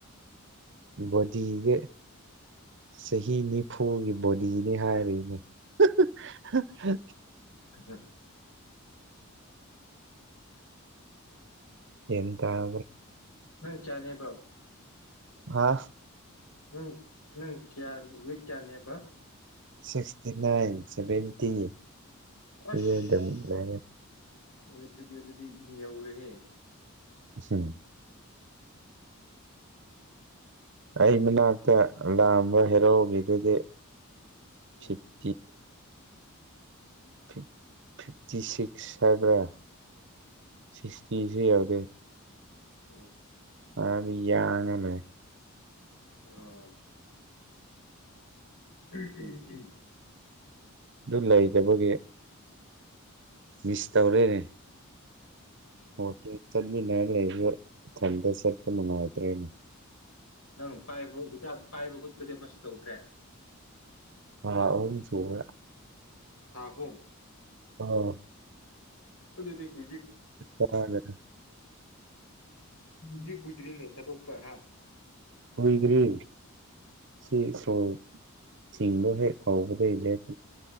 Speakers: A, on the right (about 55°); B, on the left (about 80°).
A: ꯕꯣꯗꯤꯗꯤ ꯆꯍꯤ ꯅꯤꯐꯨꯒꯤ ꯕꯣꯗꯤꯅꯤ ꯍꯥꯏꯔꯤꯅꯦ ꯍꯥꯍꯍ
B: <inaudible>
A: ꯒ꯭ꯌꯥꯟ ꯇꯥꯔꯕꯣ
B: ꯅꯪ ꯀꯥꯌꯅꯦꯕ꯭ꯔꯣ
A: ꯍꯥ
B: ꯎꯝ ꯅꯪ ꯀꯌꯥ ꯋꯦꯠ ꯀꯌꯥꯅꯦꯕ
A: ꯁꯤꯛꯁꯇꯤ ꯅꯥꯏꯟ ꯁꯚꯦꯟꯇꯤ ꯁꯤꯗ
B: ꯑꯁ
A: ꯑꯗꯨꯝ ꯂꯩꯔꯦ
B: ꯋꯦꯠꯇꯨꯗꯤ ꯑꯗꯨꯗꯤ ꯌꯧꯔꯦꯍꯦ
A: ꯎꯍꯝ ꯑꯩ ꯃꯅꯥꯛꯇ ꯂꯥꯛꯑꯝꯕ ꯍꯦꯔꯣꯒꯤꯗꯨꯗꯤ
B: ꯎꯝ
A: ꯐꯤꯞꯇꯤ ꯐꯤꯞ ꯐꯤꯞꯇꯤ ꯁꯤꯛꯁ ꯍꯥꯏꯕ꯭ꯔꯥ ꯁꯤꯁꯇꯤꯖꯦ ꯌꯧꯗꯦ
B: ꯎꯝ
A: ꯐꯅꯗꯤ ꯌꯥꯡꯉꯦꯅꯦ
B: ꯎꯝ ꯎꯝ ꯎꯝ ꯎꯝ
A: ꯑꯗꯨ ꯂꯩꯗꯕꯒꯤ ꯃꯤꯁ ꯇꯧꯔꯦꯅꯦ ꯋꯥꯀꯤꯡ ꯆꯠꯃꯤꯟꯅꯔ ꯂꯩꯕꯗꯣ ꯏꯊꯟꯗ ꯆꯠꯄ ꯅꯨꯡꯉꯥꯏꯇ꯭ꯔꯦꯅꯦ
B: ꯅꯪ ꯄꯥꯏꯕ ꯍꯤꯗꯥꯛ ꯄꯥꯏꯕ ꯈꯠꯄꯗꯤ ꯑꯃꯁꯨ ꯇꯧꯗ꯭ꯔꯦ
A: ꯊꯥ ꯑꯍꯨꯝ ꯁꯨꯒ꯭ꯔꯦ
B: ꯊꯥ ꯍꯨꯝ
A: ꯑꯥ
B: ꯑꯗꯨꯗꯤ ꯀꯨꯏꯗꯤ
A: <unintelligible>
B: ꯀꯨꯏꯗꯤ ꯀꯨꯗ꯭ꯔꯤꯅꯦ ꯊꯗꯣꯛꯄ ꯍꯥꯥ
A: ꯀꯨꯢꯗ꯭ꯔꯤ ꯁꯤ ꯁꯣ ꯊꯤꯡꯕ ꯍꯦꯛ ꯍꯧꯕꯗꯩ ꯂꯦ